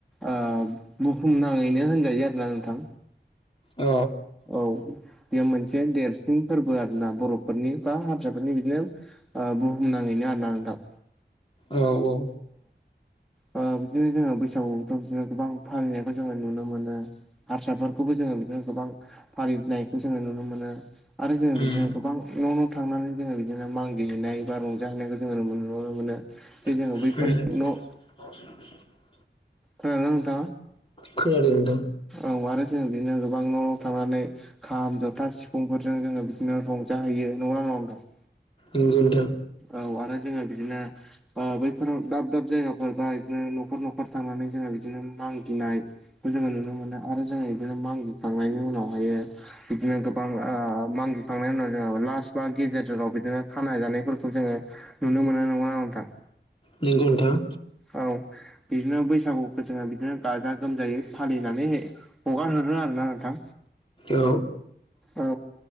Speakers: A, in the centre; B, on the left (about 30°).
A: ओ बुहुमनाङैनो होनजायो आरोना नोंथां।
B: औ
A: औ बेयो मोनसे देरसिन फोरबो आरोना बर'फोरनि बा हास्राफोरनि बिदिनो बुहुम नाङैनो आरोना नोंथां
B: औ औ।
A: बिदिनो जोङो बैसागुखौथ बिदिनो गोबां फालिनायखौ जोङो नुनो मोनो हारसाफोरखौबो जोङो गोबां फालिनायखौ जोङो नुनो मोनो आरो जों
B: उम
A: बिदिनो गोबां न' न' थांनानै जोङो बिदिनो मागि हैनाय बा रंजाहैनायखौ जों नुनो मोनो। जोङो
B: <inaudible>
A: बैफोर न' खोनादोंना नोंथाङा?
B: खोनादों नोंथां।
A: औ आरो जों बिदिनो गोबां न' न' थांनानै खाम जथा सिफुंफोरजों जोङो बिदिनो रंजाहैयो नंगौना <inaudible>
B: नोंगौ नोंथां
A: औ आरो जोङो बिदिनो बैफोराव दाब दाब जायगा फोरबा बिदिनो न'खर न'खर थांनानै जोङो बिदिनो मागियो मागिनायखौ जोङो नुनो मोनो आरो जोङो बिदिनो मागि खांनायनि उनावहायो बिदिनो गोबां ओ मागिखांनायनि उनाव जो लास बा गेजेराव बिदिनो खाना जानायफोरखौ जोङो नुनो मोनो नंगौना नङा नोंथां?
B: नंगौ नोंथां नंगौ नोंथां
A: औ बिदिनो बैसागुखौ जोङो बिदिनो गाजा गोमजायै फालिनानै हगारहरो आरोना नोंथां।
B: औ
A: औ